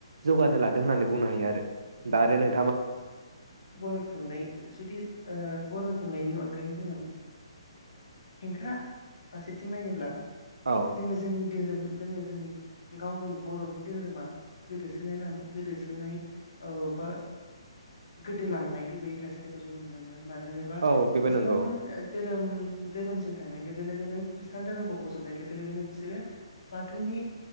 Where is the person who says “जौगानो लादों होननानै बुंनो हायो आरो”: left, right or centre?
Right